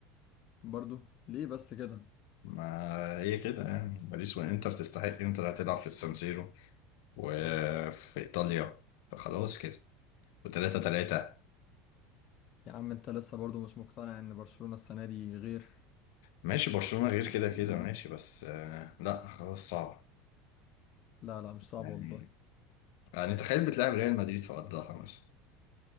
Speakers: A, on the left; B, on the left.
A: برضو ليه بس كده؟
B: ما هي كده يعني باريس وانتر تستحق انتر هتلعب في السانسيرو وفي ايطاليا فخلاص كده وتلاتة تلاتة
A: يا عم انت لسه برضو مش مقتنع ان برشلونة السنة دي غير
B: ماشي برشلونة غير كده كده ماشي بس آه، لا خلاص صعب
A: لا لا مش صعب
B: يعني
A: والله
B: يعني تخيل بتلعب ريال مدريد في أرضها مثلا